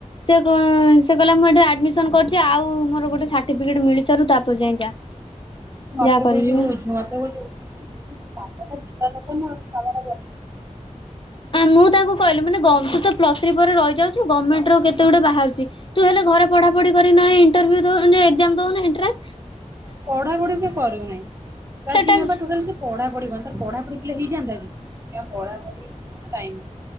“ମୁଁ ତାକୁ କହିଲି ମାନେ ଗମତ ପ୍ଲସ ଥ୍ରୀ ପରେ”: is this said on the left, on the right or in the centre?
Left